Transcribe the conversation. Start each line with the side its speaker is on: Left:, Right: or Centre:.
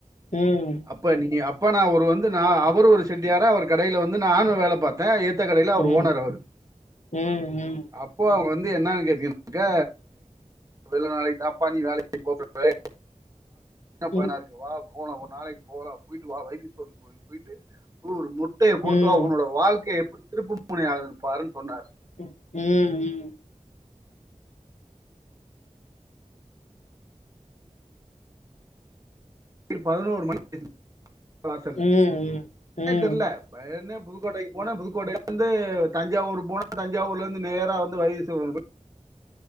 Left: ம்
Right: அப் ப நீ அப்ப நா அவரு வந்து அவரு ஒரு செட்டியாரா அவர் கடைல வந்து நானு வேல பாத் தே எத்த கடையில அவர்
Left: ம் ம்
Right: ஓனரு அவரு
Left: ம்
Right: அப் போ அவங்க வந்து என்னன்னு கேட்டீங்கனாக்க வெள்ள நாளைக்கு தாப்பா நீ வேலைக்கு போபோற <inaudible> என்ன பயனா
Left: ம்
Right: இருக்கு வா போலா ஒரு நாளைக்கு போலா போய்ட்டு வா வைத்தீஸ்வரன் கோயிலுக்கு போய்ட்டு ஒரு முட்டைய
Left: ம்
Right: போட்டுவா ஒன்னோட வாழ்க்க எப்டி திருப்பு முணயா ஆகுதுன்னு பாருன்னு சொன்னார்
Left: ம் ம்
Right: பதினோரு மணி வாசல்ல
Left: ம் ம்
Right: ன தெரல பயனே புதுக்கோட்டைக்கு போனே புதுக்கோட்டையிலே இருந்து தஞ்சாவூர் போன தஞ்சாவூர்ல இருந்து நேரா வந்து வைதி ஸ்வரன்கோயி